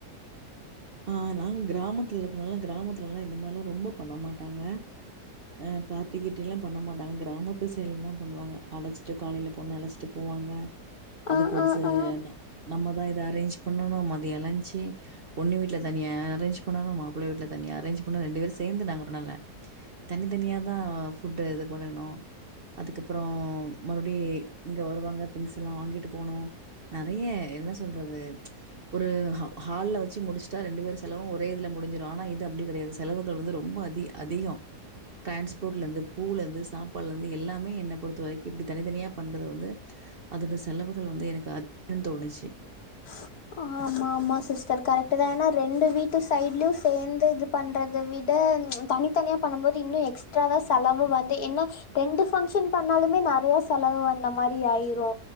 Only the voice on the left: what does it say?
ஆ
ஆ
ஆ
<inaudible> ஆமாம்மா சிஸ்டர் கரெக்டு தா ஏன்னா ரெண்டு வீட்டு சைட்லயு சேர்ந்து இது பண்றத விட தனித்தனியா பண்ணு போது இன்னு எக்ஸ்ட்ரா தா செலவு வந்து என்ன ரெண்டு பஃங்க்ஷன் பண்ணாலுமே நெறைய செலவு வந்த மாரி ஆயிரு